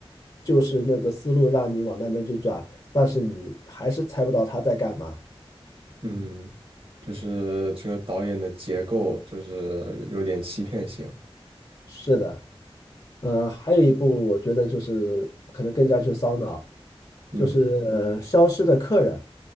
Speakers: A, on the left; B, on the right.
A: 就是那个思路让你往那边去转，但是你还是猜不到他在干嘛。
B: 嗯，就是这个导演的结构就是有点欺骗性。
A: 是的，呃，还有一部我觉得就是可能更加去烧脑，
B: 嗯，
A: 就是呃《消失的客人》，